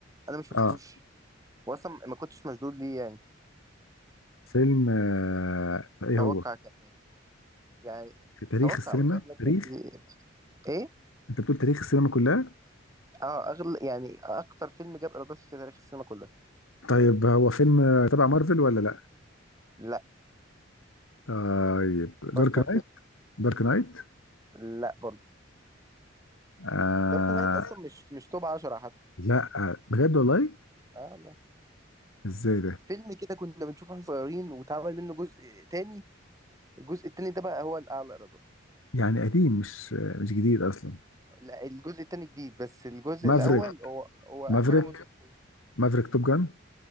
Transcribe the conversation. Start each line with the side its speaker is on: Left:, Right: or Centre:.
Right: أنا ما شفتوش
Left: اه
Right: وأصلا ما كنتش مشدود ليه يعني
Left: فيلم آه ايه
Right: توقع
Left: هو
Right: كان إيه يعني
Left: في تاريخ
Right: توقع
Left: السينما
Right: ما أنا بقول لك
Left: تاريخ
Right: يعني ايه
Left: انت بتقول تاريخ السينما كلها
Right: اه اغلى يعني اكتر فيلم جاب ايرادات في تاريخ السينما كلها
Left: طيب هو فيلم آه، تبع مارفل ولا لا
Right: لا
Left: طيب دارك
Right: فكر
Left: نايت
Right: كده
Left: دارك نايت
Right: لا برضه
Left: آه
Right: دارك نايت اصلا مش مش توب 10 حتى
Left: لا بجد والله
Right: اه والله
Left: ازاي ده
Right: فيلم كده كنا بنشوفه واحنا صغيرين واتعمل منه جزء تاني الجزء التاني ده بقى هو الاعلى ايرادات
Left: يعني قديم مش مش جديد اصلا
Right: لا الجزء التاني جديد بس الجزء
Left: مافريك
Right: الاول هو هو
Left: مافريك
Right: حاجه منطقيه
Left: مافريك توب جان مم.